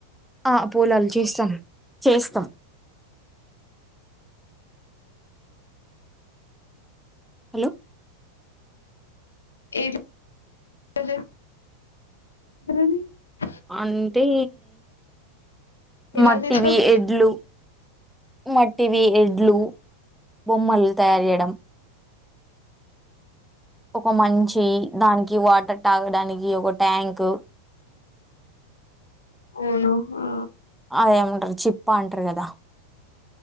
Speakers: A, in the centre; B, on the left.
A: ఆ పోూలాలు చేస్తాను చేస్తాం హలో
B: ఏది ది <unintelligible>
A: అంటే
B: ఎలా
A: మట్టివి
B: చేస్తారు
A: ఎడ్లు మటివి ఎడ్లు బొమ్మల్ తయారు చేయడం ఒక మంచి దానికి కి వాటర్ తాగడానికి ఒక ట్యాంక్
B: అవును ఆ
A: అదేమంటారు చిప్పాంటారు కదా